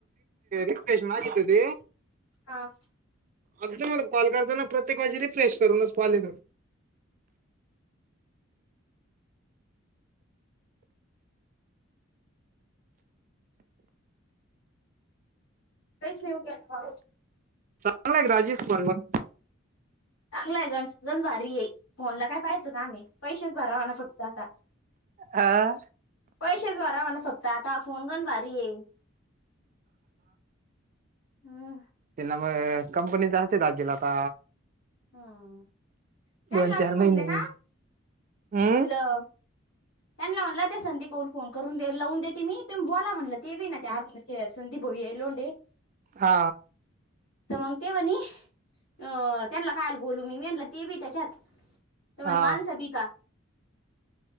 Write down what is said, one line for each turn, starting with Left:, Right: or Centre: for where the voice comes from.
Right: रिफ्रेश माझ ते
Left: साततट
Right: अदल प्रत्येकजी रिफ्रेश करूनच पाले द
Left: कैस येव क पा
Right: चांगला आहे राजेश पण मग
Left: चांगला आहे गणो भारी आहे फोनला काय पाहायचं का आम्ही पैसेच भरावाना फक्त आता
Right: हा
Left: पैसेच व म्हण फोत आता फोन करण बारी आहे हम्
Right: म कंपनीचा अस दाजेला आता
Left: हम् त्यांला
Right: दोन
Left: मी
Right: चार
Left: म्हणले
Right: महिने
Left: ना
Right: हम्म
Left: म्हणलं त्यांना म्हटलं ते संदीपऊल फोन करून लावून देते मी बुला म्हणलं ते बी ना संदीप हो येलोंडे
Right: हा
Left: तर मग तेव्हानी अ त्यांना कायल बोलू मी मी आणलं ते बी त्याच्यात तमन
Right: हा
Left: मान सभी का